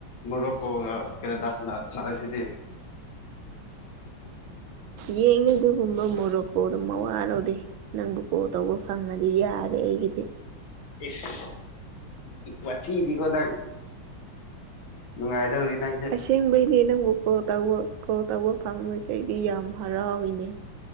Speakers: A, on the left; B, on the right.
A: ꯃꯣꯔꯣꯛꯀꯣꯒ ꯀꯦꯅꯗꯥꯁꯤꯗꯤ
B: ꯌꯦꯡꯉ ꯑꯗꯨꯒꯨꯝꯕ ꯃꯣꯔꯣꯛꯀꯣ ꯑꯗꯨꯝ ꯃꯋꯥꯔ ꯂꯧꯗꯦ ꯅꯪꯕꯨ ꯀꯣꯜ ꯇꯧꯕ ꯐꯪꯉꯗꯤ ꯌꯥꯔꯦ ꯑꯩꯒꯤꯗꯤ
A: ꯏꯁ ꯋꯥꯊꯤꯗꯤ ꯀꯣ ꯅꯪ ꯅꯨꯡꯉꯥꯏꯗꯧꯔꯤ ꯅꯪ
B: ꯑꯁꯦꯡꯕꯩꯅꯦ ꯅꯪꯕꯨ ꯀꯣꯜ ꯇꯧꯕ ꯀꯣꯜ ꯇꯧꯕ ꯐꯪꯕꯁꯦ ꯑꯩꯗꯤ ꯌꯥꯝ ꯍꯔꯥꯎꯏꯅꯦ